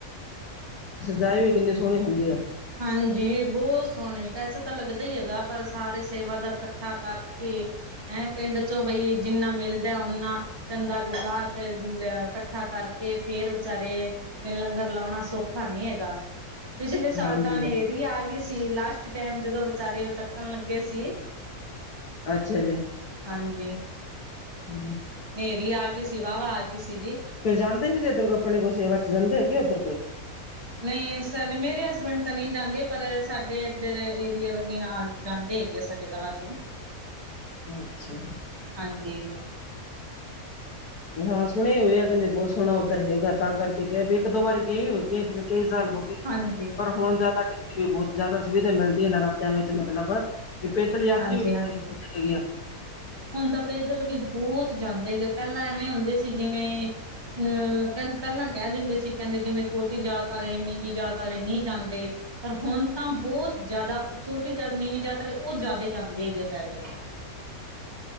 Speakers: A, on the left; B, on the right.
A: ਸਜਾਏ ਵੀ ਕਿੰਨੇ ਸੋਹਣੇ ਹੁੰਦੇ ਆ
B: ਹਾਂਜੀ ਬਹੁਤ ਸੋਹਣੇ ਪੈਸੇ ਤਾਂ ਲੱਗਦਾ ਹੀ ਹੈਗਾ ਪਰ ਸਾਰੇ ਸੇਵਾਦਾਰ ਇਕੱਠਾ ਕਰਕੇ ਐ ਪਿੰਡ ਚੋਂ ਗਈ ਜਿੰਨਾ ਮਿਲਦਾ ਉਨਾ ਚੰਦਾ ਨੂੰ ਗਾ ਇਕੱਠਾ ਕਰਕੇ ਫਿਰ ਵਿਚਾਰੇ ਤੇ ਲੰਗਰ ਲਾਉਣਾ ਸੌਖਾ ਨਹੀਂ ਹੈਗਾ ਪਿਛਲੇ ਸਾਲ
A: ਹਾਂਜੀ
B: ਕੀ ਆ ਗਏ ਸੀ ਲਾਸਟ ਟਾਈਮ ਜਦੋਂ ਵਿਚਾਰੇ ਉਹ ਚੱਕਣ ਲੱਗੇ ਸੀ।
A: ਅੱਛਾ ਜੀ
B: ਹਾਂਜੀ
A: ਹੂ,,,
B: ਹਨੇਰੀ ਆ ਗਈ ਸੀ ਵਾ ਆ ਗਈ ਸੀ ਜੀ
A: ਕੋਈ ਜਾਂਦੇ ਸੀਗੇ ਇੱਧਰ ਕੋਈ ਆਪਣੇ ਕੋਈ ਸੇਵਾ ਚ ਜਾਂਦੇ ਹੈਗੇ ਉੱਧਰ ਕੋਈ
B: ਨਹੀਂ ਸਾਡੇ ਮੇਰੇ ਹਸਬੈਂਡ ਤਾਂ ਨਹੀਂ ਜਾਂਦੇ ਪਰ ਸਾਡੇ ਇੱਧਰ ਏਰੀਏ ਵਰ ਨ ਆ ਜਾਂਦੇ ਹੈਗੇ ਆ ਸਾਡੇ <unintelligible>
A: ਅੱਛਾ।
B: ਹਾਂਜੀ
A: ਹਾਂ ਸੁਣੇ ਹੋਏ ਆ ਕਹਿੰਦੇ ਬਹੁਤ ਸੋਹਣਾ ਉੱਧਰ ਹੈਗਾ ਤਾਂ ਕਰਕੇ ਕਿਹਾ ਵੀ ਇੱਕ ਦੋ ਵਾਰੀ ਗਏ ਹੋ ਗਏ ਜਿਵੇਂ ਕਈ ਸਾਲ ਹੋ ਗਏ
B: ਹਾਂਜੀ
A: ਪਰ ਹੁਣ ਜ਼ਿਆਦਾ ਕਰਕੇ ਵੀ ਬਹੁਤ ਜ਼ਿਆਦਾ ਸੁਵਿਧਾ ਮਿਲਦੀਆਂ ਨਰਾਤਿਆਂ ਵਿੱਚ ਮਤਲਬ ਇਹ ਪੈਦਲ ਯਾਤਰੀ
B: ਹਾਂਜੀ
A: ਕਿੱਥੇ
B: ਹਾਂਜੀ
A: ਗਿਆ
B: ਹੁਣ ਤਾਂ ਪੈਦਲ ਵੀ ਬਹੁਤ ਜਾਂਦੇ ਗਏ ਪਹਿਲਾਂ ਐਵੇਂ ਹੁੰਦੇ ਸੀ ਜਿਵੇਂ ਅ ਕਹ ਪਹਿਲਾਂ ਕਹਿ ਦਿੰਦੇ ਸੀ ਕਹਿੰਦੇ ਜਿਵੇਂ ਛੋਟੀ ਜਾਤ ਵਾਲੇ ਨੀਵੀਂ ਜਾਤ ਵਾਲੇ ਨਹੀਂ ਜਾਂਦੇ ਪਰ ਹੁਣ ਤਾਂ ਬਹੁਤ ਜ਼ਿਆਦਾ ਛੋਟੀ ਜਾਤ ਨੀਵੀਂ ਜਾਤ ਵਾਲੇ ਉਹ ਜ਼ਿਆਦਾ ਜਾਂਦੇ ਹੈਗੇ ਆ ਪੈਦਲ